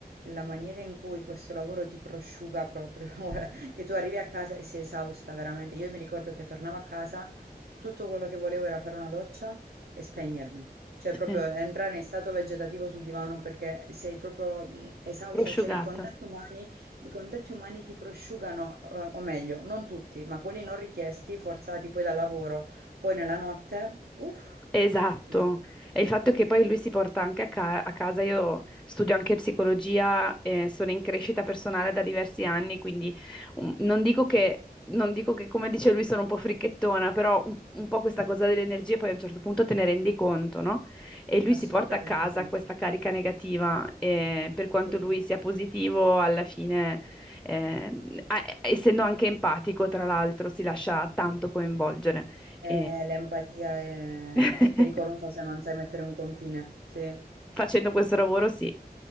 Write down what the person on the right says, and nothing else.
la maniera in cui questo lavoro ti prosciuga proprio, <laughs> guarda, che tu arrivi a casa e sei esausta veramente. Io mi ricordo che tornavo a casa, tutto quello che volevo era fare una doccia e spegnermi. Cioè proprio
entrare in stato vegetativo sul divano perché sei proprio mh, esausta,
cioè i contatti umani, i contatti umani ti prosciugano, eh, o meglio, non tutti, ma quelli non richiesti, forzati poi dal lavoro, poi nella notte, uff,
dis-
<laughs>
assolutamente
sì.
Sì.
Eh, l'empatia è,
è pericolosa se non sai mettere un confine, sì,